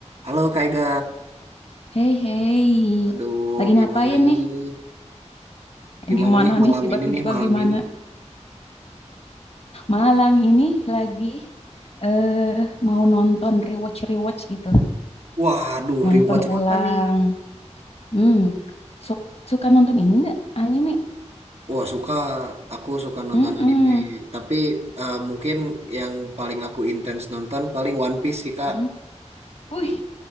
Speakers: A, on the right; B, on the left.
A: Halo Kak Ega,
B: Hei, hei,
A: aduh
B: lagi ngapain
A: gimana
B: nih?
A: nih?
B: Eh,
A: Gimana
B: Gimana
A: nih malam
B: nih? Tiba-tiba
A: ini nih malam
B: gimana?
A: ini?
B: Malam ini lagi eh mau nonton rewatch-rewatch gitu,
A: Waduh,
B: nonton
A: rewatch
B: ulang.
A: apa nih?
B: Hmm, su- suka nonton ini nggak? Anime?
A: Wah suka, aku suka nonton
B: Mm-mm.
A: anime. Tapi eh, mungkin yang paling aku intens nonton paling One Piece sih Kak.
B: Mm. Wih,